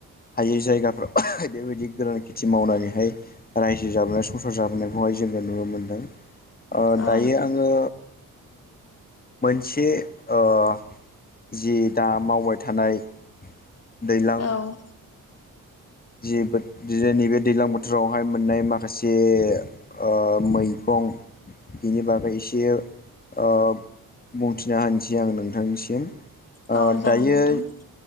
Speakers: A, on the left (about 25°); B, on the left (about 40°).
A: हायै जायगाफोराव बेबायदि गोरान खेथि मावनानैहाय रायजो जाबोनाय संसार जाबोनायखौहाय जोङो नुनो मोनदों ओ
B: औ
A: दायो आङो से ओ जि दा मावबाय थानाय दैलां
B: औ
A: जि बो नैबे दैलां बोथोरावहाय मोननाय माखासे ओमैगं बेनि बागै एसे ओ बुंथिना होनोसै आं नोंथांनिसिम
B: औ
A: ओ दायो
B: नोंथां